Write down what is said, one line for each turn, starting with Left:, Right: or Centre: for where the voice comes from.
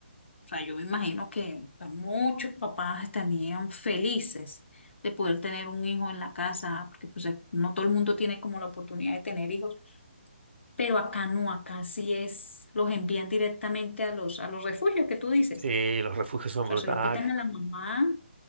Left: O sea, yo me imagino que pues, muchos papás estarían felices de poder tener un hijo en la casa, porque pues eh, no todo el mundo tiene como la oportunidad de tener hijos, pero acá no, acá sí es, los envían directamente a los, a los refugios que tú dices.
Right: Sí, los refugios son
Left: O sea,
Right: brutales.
Left: se lo quitan a la mamá.